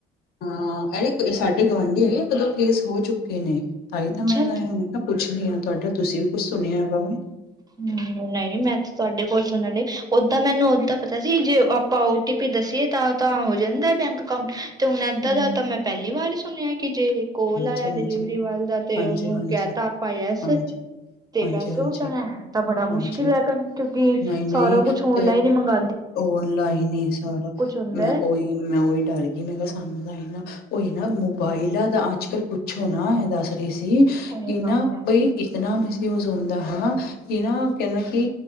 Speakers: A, on the left; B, on the right.
A: ਹਾਂ ਇਹੜੇ ਸਾਡੇ ਗੁਵਆਂਢੀ ਹੈਗੇ ਕਦੋਂ ਕੇਸ ਹੋ ਚੁੱਕੇ ਨੇ ਤਾਂ ਹੀ
B: ਅੱਛਾ
A: ਤਾਂ ਮੈ ਮੈ ਪੁੱਛ ਨ ਹਾਂ ਤੁਹਾਡਾ ਤੁਸੀ ਵੀ ਕੁੱਛ ਸੁਣਿਆ ਹੈਗਾ।
B: ਹਮ ਨਹੀ ਮੈ ਤੁਹਾਡੇ ਕੋਲ ਸੁਣ ਡਾਈ ਓਦਾਂ ਮੈਨੂੰ ਓਦਾਂ ਪਤਾ, ਜ ਜੇ ਆਪਾਂ ਓ ਟੀ ਪੀ ਦੱਸੀਏ ਤਾਂ ਤਾਂ ਹੋ ਜਾਂਦਾ ਬੈਂਕ ਅਕਾਊਟ ਤੇ ਹੁਣ ਏਦਾਂ
A: ਹਮ,
B: ਦਾ ਤਾਂ ਮੈਂ ਪਹਿਲੀ ਵਾਰ ਹੀ ਸੁਣਿਆ ਕਿ ਜੇ ਕੋਲ
A: ਹਾਂਜੀ
B: ਆਇਆ
A: ਹਾਂਜੀ
B: ਡਿਲੀਵਰੀ ਵੱਲ ਤੇ
A: ਹਾਂਜੀ,
B: ਉਹਨੂੰ
A: ਹਾਂਜੀ,
B: ਕਹਿ ਤ ਆਪਾ ਯਸ
A: ਹਾਂਜੀ,
B: ਤੇ
A: ਹਾਂਜੀ, ਹਾਂਜੀ,
B: ਹੈ ਤਾਂ ਬੜਾ ਮੁਸ਼ਕਿਲ
A: ਹਾਂਜੀ
B: ਹੈਗਾ ਕਿਉਕਿ
A: ਨਹੀਂ-ਨਹੀਂ
B: ਸਾਰਾ ਕੁਛ ਔਨਲਾਈਨ
A: ਤੇ
B: ਹੀ ਮੰਗਉ-
A: ਔਨਲਾਈਨ ਹੀ ਨਹੀ ਸਾਰਾ।
B: ਹੁੰਦਾ
A: ਮੈਂ
B: ਹੈ
A: ਓਹੀ ਮੈਂ ਉਹੀ ਡਰ ਮੈ ਕਿਹਾ ਸਾਨੂੰ ਤਾਂ ਇਹ ਨਾ ਹੋਏ ਨਾ ਮੋਬਾਇਲਾਂ ਦਾ ਅੱਜ-ਕੱਲ੍ਹ ਪੁੱਛੋ ਨਾ ਇਹਦਾ ਅ- ਸੀ
B: ਸਹੀ
A: ਕਿ ਨਾ
B: ਗੱਲ ਹੈ
A: ਬਈ ਇਤਨਾ ਮਿਸਯੂਜ ਹੁੰਦਾ ਹੈਨਾ ਕਿ ਨਾ ਕਹਿੰਦਾ ਕਿ